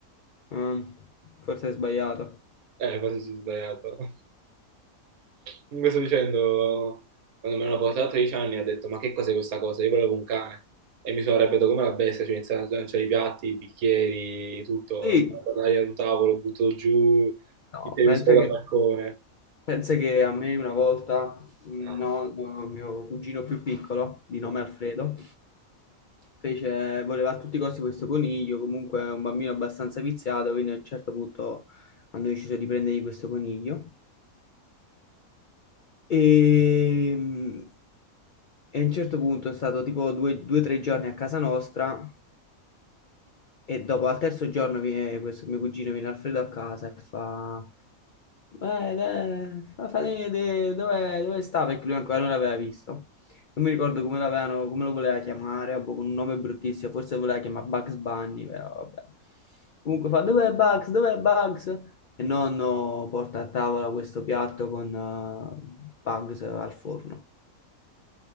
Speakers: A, on the left (about 75°); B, on the right (about 80°).
A: Mm, forse hai sbagliato.
B: Eh, quasi si è sbagliato. <laughs> Comunque sto dicendo, quando me l'hanno portato a 13 anni ho detto, ma che cos'è questa cosa? Io volevo un cane. E mi sono arrabbiato come la bestia, cioè ho iniziato a lanciare i piatti, i bicchieri, tutto,
A: Sì,
B: la- l'aria sul tavolo, butto giù
A: no,
B: il televisore
A: penso che
B: dal balcone.
A: Pensa che a me una volta, mm,
B: Ma
A: no,
B: no,
A: no, mio cugino più piccolo, di nome
B: no.
A: Alfredo, fece, voleva a tutti i costi questo coniglio, comunque è un bambino abbastanza viziato, quindi a un certo punto hanno deciso di prendergli questo coniglio. E, mm, e a un certo punto è stato tipo due o tre giorni a casa nostra e dopo al terzo giorno viene questo mio cugino, viene Alfredo a casa e fa... Eh, dai, fa- fatemi vedere dove, dove sta perché lui ancora non l'aveva visto. Non mi ricordo come l'avevano, come lo voleva chiamare, ah, boh, con un nome bruttissimo, forse voleva chiamare Bugs Bunny, però vabbè. Comunque fa, dov'è Bugs? Dov'è Bugs? E nonno porta a tavola questo piatto con eh, Bugs al forno.